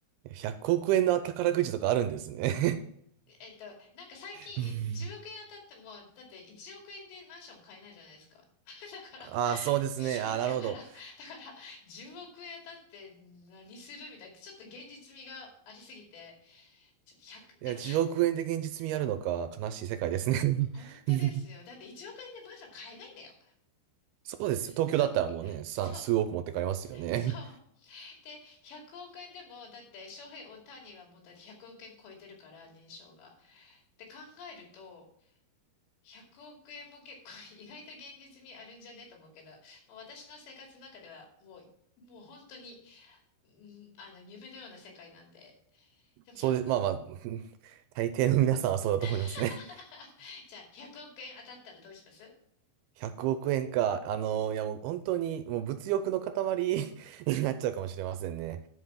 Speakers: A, on the right; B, on the left.
A: 100億円の宝くじとかあるんですね。
B: えっと、なんか最近い10億円当たっても、
A: <laughs>
B: だって1億円でマンション買えないじゃないですか。<laughs> だから、
A: ああ、そうですね。
B: そう、
A: ああ、なるほど。
B: だから、だから、10億円当たって何するみたいな、ちょっと現実味がありすぎて、ちょっと1でも100、
A: いや、10億円で現実味あるのか、悲しい世界ですね。
B: 本当ですよ。
A: <laughs>
B: だって1億円でマンション買えないんだよ。
A: そうですよ。東京だったらもうね、
B: そう、
A: さん数億持ってかれますよね。
B: そう、そう。で、100億円でも、だって、翔平大谷はもうだって100億円超えてるから、年商が。って考えると、100億円も結構 <laughs> 意外と現実味あるんじゃねと思うけど、まあ私の生活の中ではもう、もう本当に、うんあの、夢のような世界なんで。でも100、
A: そうです。まあまあ、<laughs> 大抵の皆さんはそうだと思いますね。
B: <laughs> じゃあ億円当たったらどうします
A: <laughs> 100億円か。あの、いやもう本当に、もう物欲の塊 <laughs> になっちゃうかもしれませんね。